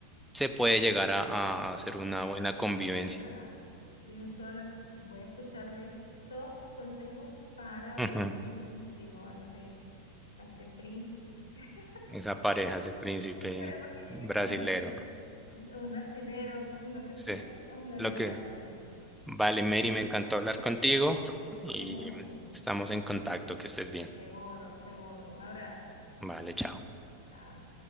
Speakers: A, in the centre; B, on the left.
A: se puede llegar a, a hacer una
B: puede.
A: buena convivencia.
B: Es verdad. Tienes toda la razón. Voy a escuchar de todos tus consejos para
A: Ujú,
B: ver
A: ujú.
B: si consigo a ese, a ese príncipe. <laughs>
A: Esa pareja, ese príncipe
B: Esperemos que llegue
A: brasilero.
B: pronto. Un brasilero, lo que
A: Sí,
B: sea. Hola,
A: lo
B: Jonathan.
A: que vale, Mary, me encantó hablar contigo y
B: De mucho.
A: estamos en contacto,
B: Sí,
A: que estés bien.
B: Seguro, seguro. Un abrazo.
A: Vale, chao.
B: Chao.